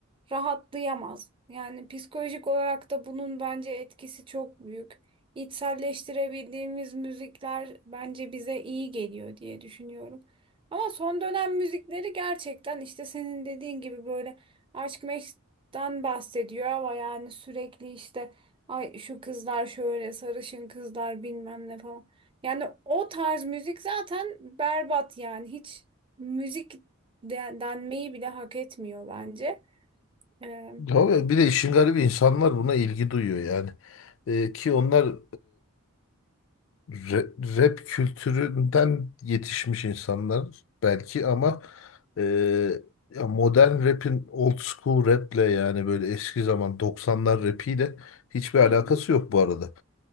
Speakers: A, on the right (about 25°); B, on the left (about 60°).
A: rahatlayamaz. Yani psikolojik olarak da bunun bence etkisi çok büyük. İçselleştirebildiğimiz müzikler bence bize iyi geliyor diye düşünüyorum. Ama son dönem müzikleri gerçekten işte senin dediğin gibi böyle aşk meşkten bahsediyor ama yani sürekli işte Ay şu kızlar şöyle sarışın kızlar bilmem ne falan. Yani o tarz müzik zaten berbat yani hiç müzik de- denmeyi bile hak etmiyor bence. Ee,
B: Ya ve bir de işin garibi insanlar buna ilgi duyuyor yani. Ee, ki onlar Ra- Rap kültüründen yetişmiş insanlar belki ama e, ya modern rap'in old school rap'le yani böyle eski zaman doksanlar rap'iyle hiçbir alakası
A: hı hı.
B: yok bu arada.